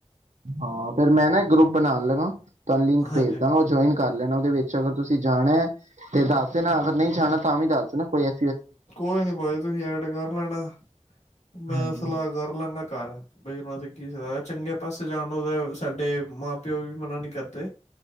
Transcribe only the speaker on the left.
ਹਾਂਜੀ
ਕੋਈ ਨੀ ਭਾਜੀ, ਤੁਸੀਂ ਐਡ ਕਰ ਲੈਣਾ, ਮੈਂ
ਸਲਾਹ
ਕਰ ਲਾਂਗਾ ਘਰ, ਬਈ ਉਹਨਾਂ ਦੀ ਕੀ ਸਲਾਹ ਚੰਗੇ ਪਾਸੇ ਜਾਣ ਨੂੰ ਤੇ ਸਾਡੇ ਮਾਂ ਪਿਓ ਵੀ ਮਨਾ ਨਹੀਂ ਕਰਦੇ।